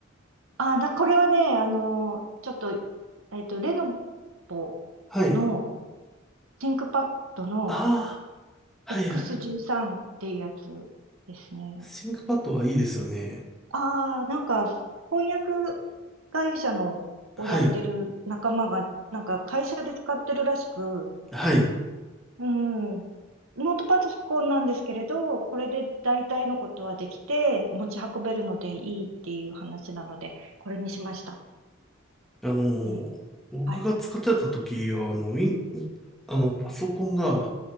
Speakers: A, on the right (about 80°); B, in the centre.
A: あ、だ、これはね、あの、ちょっと、えっと、レノボ
B: <laughs> はい。
A: のシンクパッドの
B: ああ、
A: X13
B: はいはい。
A: っていうやつですね。
B: ThinkPad はいいですよね。
A: ああ、なんか、翻訳会社のをやってる仲間が、
B: はい。
A: なんか会社で使ってるらしく、
B: はい。
A: うん、ノートパソコンなんですけれど、これで大体のことはできて、持ち運べるのでいいっていう話なので、これにしました。
B: あのー、
A: うん。
B: 僕が使ってた時は、
A: はい。
B: あの、ウィン、あの、パソコンが